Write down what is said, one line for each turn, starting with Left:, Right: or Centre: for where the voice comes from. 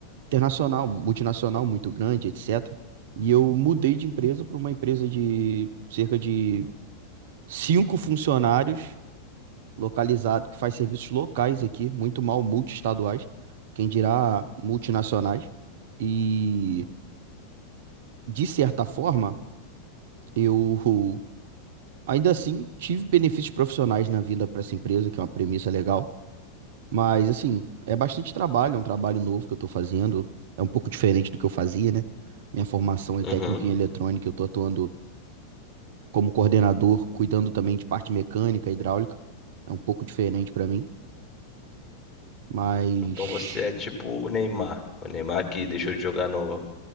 Right: internacional, multinacional, muito grande, etc. E eu mudei de empresa para uma empresa de cerca de cinco funcionários localizado, que faz serviços locais aqui, muito mal multiestaduais, quem dirá multinacionais. E, de certa forma, eu ainda assim tive benefícios profissionais na vinda para essa empresa, que é uma premissa legal. Mas, assim, é bastante trabalho, é um trabalho novo que eu estou fazendo, é um pouco diferente do que eu fazia, né? Minha formação é
Left: Uhum.
Right: técnica em eletrônica, eu estou atuando como coordenador, cuidando também de parte mecânica, hidráulica. É um pouco diferente para mim, mas
Left: Então você é tipo o Neymar. O Neymar que deixou de jogar no,